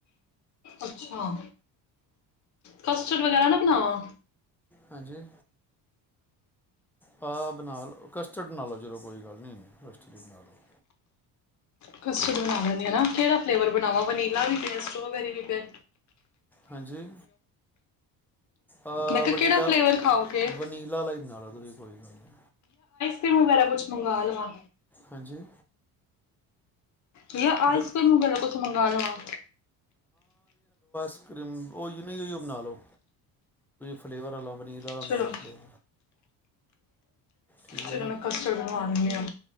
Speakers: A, on the left; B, in the centre.
A: ਅੱਛਾ, ਕਸਟਰਡ ਵਗੈਰਾ ਨਾ ਬ ਹਾਂ।
B: ਹਾਂਜੀ। ਹਾਂ, ਬਣਾ ਲੋ ਕਸਟਡ ਨਾਲ ਹੀ ਬਣਾ ਲਓ ਜੀ। ਚਲੋ ਕੋਈ ਗੱਲ ਨਹੀਂ ਕਸਟਡ ਬਣਾ ਲਓ।
A: ਕਸਟਡ ਬਣਾ ਲੈਂਦੇ ਹੈ ਨਾ ਕਿਹੜਾ ਫਲੇਵਰ ਬਣਾਵਾਂ ਵਨੀਲਾ ਵੀ ਪਿਆ ਸਟ੍ਰੋਬੈਰੀ ਵੀ ਪਏ।
B: ਹਾਂਜੀ ਅਅ
A: ਮੈਂ ਕਿਹਾ
B: ਵਨੀਲਾ
A: ਕਿਹੜਾ ਫਲੇਵਰ ਖਾਓਗੇ?
B: ਵਨੀਲਾ ਹੀ ਬਣਾ ਲਓ ਤੁਸੀਂ ਕੋਈ ਗੱਲ ਨਹੀਂ
A: ਤੈਨੂੰ ਪਹਿਲਾਂ ਕੁਛ ਮੰਗਵਾ ਲਵਾਂ
B: ਹਾਂਜੀ
A: ਯਾ ਆਈਸ
B: ਬਨ-
A: ਕਰ੍ਰੀਮ ਵਗੈਰਾ ਕੁਛ ਮੰਗਵਾ ਲਵਾਂ
B: ਹਮ ਉਹ ਹੀ ਬਣਾਲੋ ਫਲੇਵਰ ਵਾਲਾ ਨੀਲਾ
A: ਚਲੋ
B: ਫਲੇਵਰ ਠੀਕ ਹੈ
A: ਚਲੋ
B: ਨਾ
A: ਮੈਂ ਕਸਟਰਡ ਬਣਵਾ ਲੈਂਦੀ ਆ